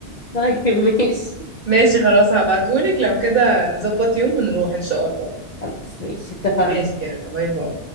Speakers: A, on the left; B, on the right.
A: طيب ماشي
B: <laughs> ماشي خلاص هبعتهولك لو كده نظبط يوم ونروح ان شاء الله
A: خلاص ماشي اتفقنا
B: ماشي يلا باي باي